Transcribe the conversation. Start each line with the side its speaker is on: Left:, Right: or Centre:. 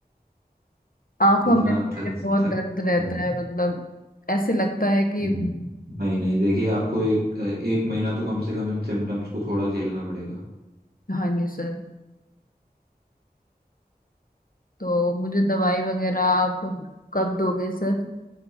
Left: आंखों
Right: इतना
Left: में भी मेरे
Right: थक
Left: बहुत
Right: थक
Left: दर्द रहता
Right: हाँ
Left: है मतलब ऐसे लगता है कि
Right: हम्म नहीं नहीं देखिए आपको एक एक महीना तो कम से कम इन सिम्टम्स को थोड़ा झेलना पड़ेगा
Left: हाँ जी सर तो मुझे दवाई वगैरह आप कब दोगे सर